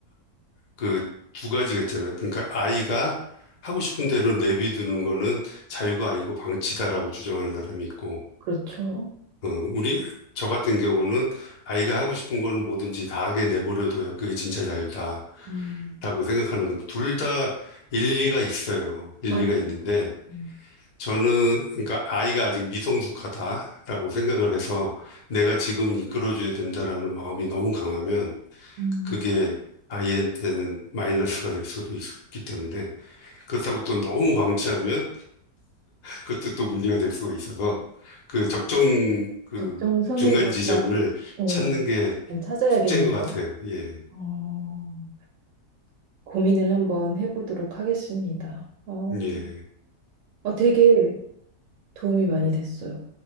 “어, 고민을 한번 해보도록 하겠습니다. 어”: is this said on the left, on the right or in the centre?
Right